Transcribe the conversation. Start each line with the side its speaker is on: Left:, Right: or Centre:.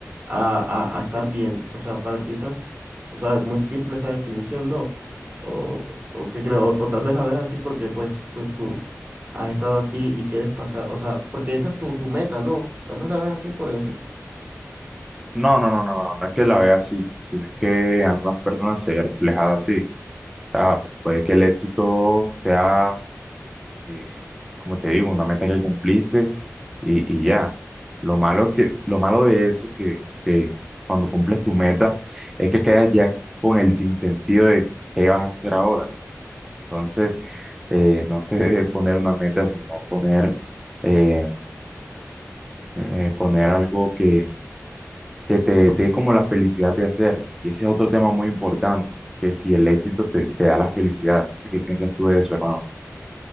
Right: a, a, a estar bien. O sea, para ti esas, o sea, es muy simple esa definición, ¿no? O, o qué creo, o, o tal vez la ves así porque pues tú, tú has estado así y quieres pasar, o sea, porque esa es tu, tu meta, ¿no? Tal vez la ves así por eso.
Centre: No, no, no, no, no, no es que la vea así, sino es que en algunas personas se ve reflejada así. O sea, puede que el éxito sea eh, como te digo, una meta que cumpliste y, y ya. Lo malo es que, lo malo de eso que, que cuando cumples tu meta es que quedas ya con el sinsentido de qué vas a hacer ahora. Entonces, eh, no se <laughs> debe poner una meta, sino poner, eh, eh, poner algo que, que te dé como la felicidad de hacerlo. Y ese es otro tema muy importante, que si el éxito te, te da la felicidad. No sé qué piensas tú de eso, hermano.